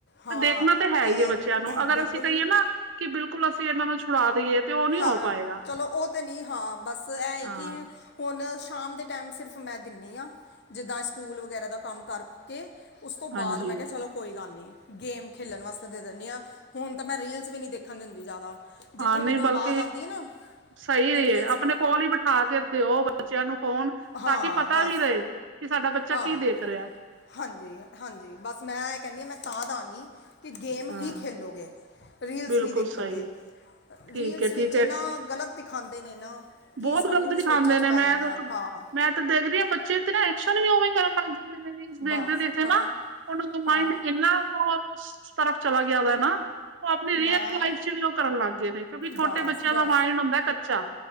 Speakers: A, on the left (about 60°); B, on the right (about 70°).
A: ਹਾਂ
B: ਤੇ ਦੇਖਣਾ ਤਾਂ ਹੈ
A: ਤੇ
B: ਹੀ ਹੈ ਬੱਚਿਆਂ ਨੂੰ ਅਗਰ
A: ਬਿਲਕੁਲ
B: ਅਸੀਂ ਕਹੀਏ ਨਾ ਕਿ ਬਿਲਕੁਲ ਅਸੀਂ ਇਹਨਾਂ ਨੂੰ ਛੁਡਾ ਦੇਈਏ। ਤੇ ਓ ਨੀ
A: ਹਾਂ,
B: ਹੋ ਪਾਏਗਾ
A: ਚਲੋ ਉਹ ਤੇ ਨਹੀਂ ਹਾਂ ਬਸ ਇਹ ਏ
B: ਹਾਂ
A: ਕਿ ਹੁਣ ਸ਼ਾਮ ਦੇ ਟਾਈਮ ਸਿਰਫ ਮੈਂ ਦਿੰਦੀ ਹਾਂ। ਜਿੱਦਾਂ ਸਕੂਲ ਵਗੈਰਾ ਦਾ ਕੰਮ ਕਰਕੇ। ਉਸ ਤੋਂ
B: ਹਾਂਜੀ
A: ਬਾਅਦ ਮੈਂ ਕਿਹਾ ਚਲੋ। ਕੋਈ ਗੱਲ ਨਹੀਂ ਗੇਮ ਖੇਡਣ ਵਾਸਤੇ ਦੇ ਦਿੰਦੀ ਹਾਂ, ਹੁਣ ਤਾਂ ਮੈਂ ਰੀਲਸ ਵੀ ਨਹੀਂ ਦੇਖਣ ਦਿੰਦੀ ਜ਼ਿਆਦਾ। ਜਿੱਥੇ
B: ਹਾਂ ਨਹੀਂ
A: ਮੈਨੂੰ
B: ਬਲਕ
A: ਆਵਾਜ਼ ਆਉਂਦੀ ਹੈ ਨਾ।
B: ਸਹੀ
A: ਰੀਲਸ
B: ਹੈ, ਆਪਣੇ
A: ਵੀ
B: ਕੋਲ ਹੀ ਬਿਠਾ ਕੇ ਦਿਓ, ਬੱਚਿਆਂ ਨੂੰ ਫੋਨ
A: ਹਾਂ
B: ਤਾਂ ਕਿ ਪਤਾ
A: ਬਸ
B: ਵੀ ਰਹੇ। ਕਿ ਸਾਡਾ ਬੱਚਾ
A: ਹਾਂ
B: ਕੀ ਦੇਖ ਰਿਹਾ।
A: ਹਾਂਜੀ, ਹਾਂਜੀ ਬਸ ਮੈਂ ਇਹ ਕਹਿੰਦੀ ਹਾਂ ਮੈਂ ਤਾਂ ਦਵਾਂਗੀ। ਕਿ ਗੇਮ
B: ਹਾਂ
A: ਹੀ ਖੇਲੋਗੇ ਰੀਲਸ
B: ਬਿਲਕੁਲ
A: ਨਹੀਂ ਦੇਖੋਗੇ।
B: ਸਈ ਠੀਕ
A: ਰੀਲਸ
B: ਏ-ਠੀਕ
A: ਵਿੱਚ
B: ਏ
A: ਇਹਨਾਂ ਗ਼ਲਤ ਦਿਖਾਉਂਦੇ ਨੇ ਨਾ। ਕਿ
B: ਬਹੁਤ
A: ਸਾਨੂੰ
B: ਗ਼ਲਤ
A: ਵੀ
B: ਦਿਖਾਉਂਦੇ
A: ਸੋਚਾਂ 'ਚ
B: ਨੇ
A: ਪੈ
B: ਮੈਂ
A: ਜਾਂਦੇ ਆ ਹਾਂ
B: ਮੈਂ ਤਾਂ ਦੇਖਦੀ ਹਾਂ ਬੱਚੇ ਤੇ ਨਾ ਐਕਸ਼ਨ ਵੀ ਉਵੇਂ ਕਰਨ ਲੱਗ। ਮੇ ਵੀ ਦੇਖਦੇ
A: ਬਸ
B: ਦੇਖਦੇ
A: ਹਾਂ
B: ਨਾ ਉਹਨਾਂ ਦਾ
A: ਹਾਂ
B: ਮਾਇੰਡ ਕਿੰਨਾ ਉਹ। ਤਰਫ ਚਲਾ ਗਿਆ ਵ ਨਾ। ਉਹ ਆਪਣੀ ਰੀਅਲ
A: ਮੈਂ
B: ਲਾਈਫ ਚ ਵੀ, ਉਹ ਕਰਨ ਲੱਗ ਗਏ ਨੇ, ਕਿਉਂਕਿ ਛੋਟੇ
A: ਬਸ
B: ਬੱਚਿਆਂ
A: ਬਸ
B: ਦਾ ਮਾਇੰਡ ਹੁੰਦਾ ਕੱਚਾ।